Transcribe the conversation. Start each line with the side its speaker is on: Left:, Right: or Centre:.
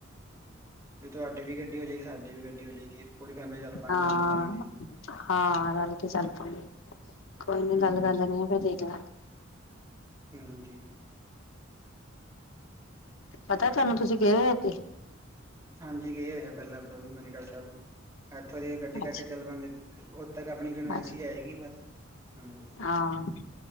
Right: ਤੇ ਤੁਹਾਡੀ ਵੀ ਗੱਡੀ ਹੋ ਜਾਏਗੀ, ਸਾਡੀ ਵੀ ਗੱਡੀ ਹੋ ਜਾਏਗੀ। ਪੂਰੀ ਫੈਮਲੀ ਚਲ ਪਾ ਗੇਂ।
Left: ਹਾਂ
Right: ਦੋਨੋਂ ਫੈਮਲੀ
Left: ਹਾਂ ਰਲ ਕੇ ਚੱਲ ਪਾਂ ਗੇ। ਕੋਈ ਨੀ
Right: ਹੂੰ
Left: ਗੱਲ ਕਰ ਲੈਨੇ ਆ ਫੇਰ ਦੇਖ ਲਾਂਗੇ।
Right: ਹਾਂਜੀ।
Left: ਪਤਾ ਤੁਹਾਨੂੰ। ਤੁਸੀਂ ਗਏ ਹੋ ਅਗੇ।
Right: ਹਾਂਜੀ, ਗਏ ਹੋਏ ਆ ਪਹਿਲਾਂ ਆਪਾਂ ਵੀ ਮਨੀਕਰਨ ਸਾਹਿਬ। ਇੱਥੋਂ ਦੀ ਗੱਡੀ ਕਰਕੇ
Left: ਅੱਛਾ
Right: ਚੱਲ ਪਾਂ ਗੇ, ਓਦ ਤੱਕ ਅਪਣੀ ਕਨਵੈਂਸ
Left: ਅੱਛਾ
Right: ਹੀ ਜਾਏਗੀ ਬਸ ਹੂੰ।
Left: ਹਾਂ।